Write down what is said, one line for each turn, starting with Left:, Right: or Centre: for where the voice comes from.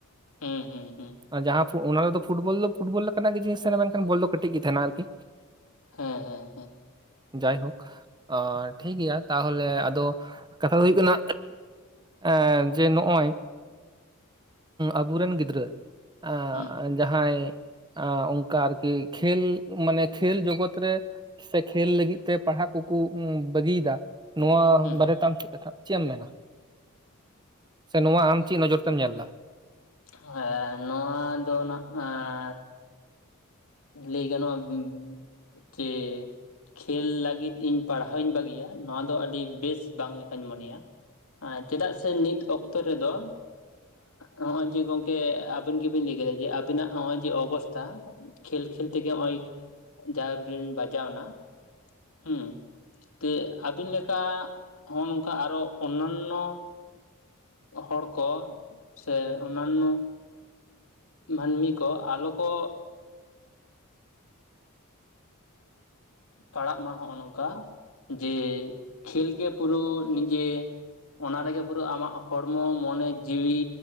Left: ᱦᱩᱸ ᱦᱩᱸ ᱦᱩᱸ᱾
Right: ᱟᱸ ᱡᱟᱦᱟᱸ ᱯᱷᱩ ᱚᱱᱟ ᱨᱮᱫᱚ ᱯᱷᱩᱴᱵᱚᱞ ᱫᱚ ᱯᱷᱩᱴᱵᱚᱞ ᱞᱮᱠᱟᱱᱟᱜ ᱜᱤ ᱡᱤᱱᱤᱥ ᱛᱟᱦᱮᱱᱟ ᱢᱮᱱᱠᱷᱟᱱ ᱵᱚᱞ ᱫᱚ ᱠᱟᱹᱴᱤᱡ ᱜᱤ ᱛᱟᱦᱮᱱᱟ ᱟᱨᱠᱤ᱾
Left: ᱦᱮᱸ ᱦᱮᱸ ᱦᱮᱸ᱾
Right: ᱡᱟᱭᱦᱳᱠ ᱟᱨ ᱴᱷᱤᱠ ᱜᱮᱭᱟ ᱛᱟᱦᱚᱞᱮ ᱟᱫᱚ ᱠᱟᱛᱷᱟ ᱫᱚ ᱦᱩᱭᱩᱜ ᱠᱟᱱᱟ ᱮᱸ ᱡᱮ ᱱᱚᱜᱼᱚᱭ ᱟᱵᱩᱨᱮᱱ ᱜᱤᱫᱽᱨᱟᱹᱼᱼ ᱟᱸ
Left: ᱦᱩᱸ
Right: ᱡᱟᱦᱟᱸᱭ ᱟᱸ ᱚᱱᱠᱟ ᱟᱨᱠᱤ ᱠᱷᱮᱞ ᱢᱟᱱᱮ ᱠᱷᱮᱞ ᱡᱚᱜᱚᱛ ᱨᱮ ᱥᱮ ᱠᱷᱮᱞ ᱞᱟᱹᱜᱤᱫ ᱛᱮ ᱯᱟᱲᱦᱟᱜ ᱠᱩᱠᱩ ᱩᱸ ᱵᱟᱹᱜᱤᱭᱫᱟ ᱱᱚᱣᱟ
Left: ᱦᱩᱸ
Right: ᱵᱟᱨᱮᱛᱮ ᱟᱢ ᱪᱮᱫ ᱠᱟᱛᱷᱟ ᱪᱮᱫ ᱮᱢ ᱢᱮᱱᱟ? ᱥᱮ ᱱᱚᱣᱟ ᱟᱢ ᱪᱤᱜ ᱱᱚᱡᱚᱨ ᱛᱮᱢ ᱧᱮᱞ ᱫᱟ?
Left: ᱦᱚᱭ ᱱᱚᱣᱟ ᱫᱚ ᱱᱟᱜᱼᱮᱸᱻ ᱞᱟᱹᱭ ᱜᱟᱱᱚᱜᱼᱟ ᱡᱮ ᱠᱷᱮᱞ ᱞᱟᱜᱤᱫ ᱤᱧ ᱯᱟᱲᱦᱟᱣ ᱤᱧ ᱵᱟᱹᱜᱤᱭᱟ ᱱᱚᱣᱟ ᱫᱚ ᱟᱹᱰᱤ ᱵᱮᱥ ᱵᱟᱝ ᱞᱮᱠᱟᱧ ᱢᱚᱱᱮᱭᱟ᱾ ᱟᱸ ᱪᱮᱫᱟᱜ ᱥᱮ ᱱᱤᱛ ᱚᱠᱛᱚ ᱨᱮᱫᱚᱼᱼ ᱟᱸᱜ ᱱᱚᱜᱼᱚᱭ ᱡᱮ ᱜᱚᱝᱠᱮ ᱟᱵᱮᱱ ᱜᱮᱵᱤᱱ ᱞᱟᱹᱭ ᱠᱮᱫᱟ ᱡᱮ ᱟᱵᱤᱱᱟᱜ ᱱᱚᱜᱼᱚᱭ ᱡᱮ ᱚᱵᱚᱥᱛᱷᱟ ᱠᱷᱮᱞ ᱠᱷᱮᱞ ᱛᱮᱜᱮ ᱦᱚᱜ-ᱚᱭ ᱡᱟᱝᱨᱮᱵᱤᱱ ᱵᱟᱡᱟᱣᱱᱟ ᱦᱩᱸᱛᱟᱹ ᱟᱹᱵᱤᱱ ᱞᱮᱠᱟ ᱦᱚᱸᱜ-ᱱᱚᱝᱠᱟ ᱟᱨᱚ ᱚᱱᱱᱟᱱᱚ ᱦᱚᱲ ᱠᱚ ᱥᱮ ᱚᱱᱱᱟᱱᱚ ᱢᱟᱱᱢᱤ ᱠᱚ ᱟᱞᱚ ᱠᱚ ᱯᱟᱲᱟᱜ ᱢᱟ ᱦᱚᱜᱼᱚᱸ ᱱᱚᱝᱠᱟ ᱡᱮ ᱠᱷᱮᱞ ᱜᱮ ᱯᱩᱨᱟᱹ ᱱᱤᱡᱮ ᱚᱱᱟ ᱨᱮᱜᱮ ᱯᱩᱨᱟᱹ ᱟᱢᱟᱜ ᱦᱚᱲᱢᱚ ᱢᱚᱱᱮ ᱡᱤᱣᱤ